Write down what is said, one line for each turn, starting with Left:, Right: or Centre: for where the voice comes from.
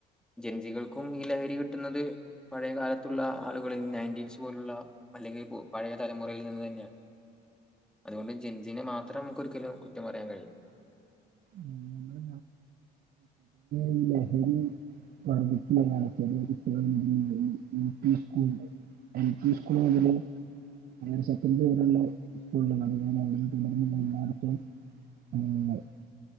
Centre: ജൻജികൾക്കും ഈ ലഹരി കിട്ടുന്നത്. പഴയകാലത്തുള്ള ആളുകൾ നയന്റ്റീൻസ് പോലുള്ള അല്ലെങ്കിൽ പു പഴയെ തലമുറയിൽ നിന്ന് തന്നെ. അതുകൊണ്ട് ജെൻസിനെ മാത്രം നമുക്കൊരിക്കലും കുറ്റംപറയാൻ കയില്ല.
Right: നമ്മുടെ <inaudible> ഈ ലഹരി. <inaudible> എൽ പി സ്കൂൾ മുതല്. അങ്ങനെ സ്വപ്നം പോലുള്ള <inaudible> <unintelligible>